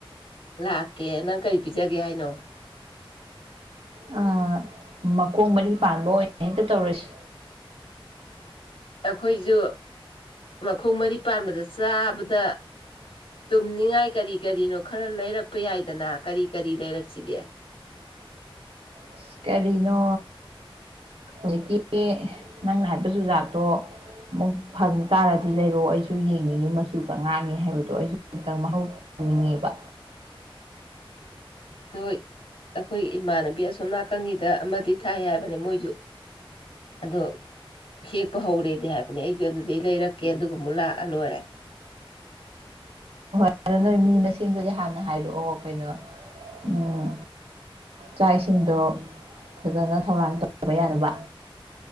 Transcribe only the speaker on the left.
ꯂꯥꯛꯀꯦ ꯅꯪ ꯀꯩ ꯄꯤꯖꯒꯦ ꯍꯥꯏꯅꯣ
ꯑꯩꯈꯣꯏꯖꯨ ꯃꯈꯣꯡ ꯃꯔꯤ ꯄꯥꯟꯕꯗ ꯆꯥꯕꯗ ꯇꯨꯝꯅꯤꯡꯉꯥꯏ ꯀꯔꯤ ꯀꯔꯤꯅꯣ ꯈꯔ ꯂꯩꯔꯛꯄ ꯌꯥꯏꯗꯅ ꯀꯔꯤ ꯀꯔꯤ ꯂꯩꯔꯛꯁꯤꯒꯦ
ꯍꯣꯏ ꯑꯩꯈꯣꯏ ꯏꯃꯥꯟꯅꯕꯤ ꯑꯁꯣꯝ ꯅꯥꯀꯟꯒꯤꯗ ꯑꯃꯗꯤ ꯊꯥꯏ ꯍꯥꯏꯕꯅ‌ꯦ ꯃꯣꯏꯖꯨ ꯑꯗꯣ ꯍꯦꯛꯄ ꯍꯧꯔꯦꯗꯤ ꯍꯥꯏꯕꯅꯦ ꯑꯩꯖꯨ ꯑꯗꯨꯗꯩ ꯂꯩꯔꯛꯀꯦ ꯑꯗꯨꯒ ꯑꯃꯨꯛ ꯂꯥꯛꯑ ꯂꯣꯏꯔꯦ